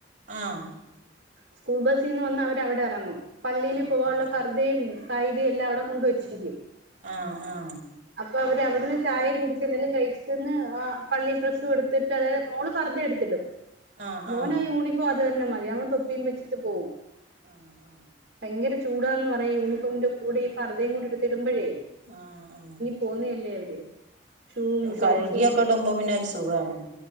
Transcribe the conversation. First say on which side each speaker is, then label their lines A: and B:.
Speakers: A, on the right (about 45°); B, on the right (about 60°).
A: ങാ
B: സ്കൂൾ ബസീന്ന് വന്നാ അവര് അവിടെ ഇറങ്ങും പള്ളിയില്
A: ആഹ് ആഹ്
B: പോവാനുള്ള പർദേന്ന് കയിതയെല്ലാം അവിടെ കൊണ്ടുവെച്ചിരിക്ക
A: ങ ങാ
B: അപ്പൊ അവര് അവിടുന്ന് ചായയും കുടിച്ച് എന്തെലും കഴിച്ചിട്ട് നിന്ന് ആ പള്ളിൽ ഡ്രസ്സും എടുത്തിട്ട് അതായത് മോള് പർദ എടുത്തിട്ടും
A: ആഹ്
B: മോനേ
A: ആഹ്
B: യൂണിഫോ അ അങ്ങനെ തന്നെ മതിയവൻ തൊപ്പീം വെച്ചിട്ട് പോവും
A: ആ ആ
B: ഭയങ്കര ചൂടാന്ന് പറയും യൂണഫോമിന്റെ കൂടെ ഈ പർദയും കൂടി എടുത്ത് ഇടുമ്പോഴേ
A: ആ ആ
B: പോന്നില്ലേ അവര് ഷൂവും ഷോക്സും
A: കഴുകിയൊക്കെ ഇടുമ്പോ പിന്നെ ഒരു സുഖാണ്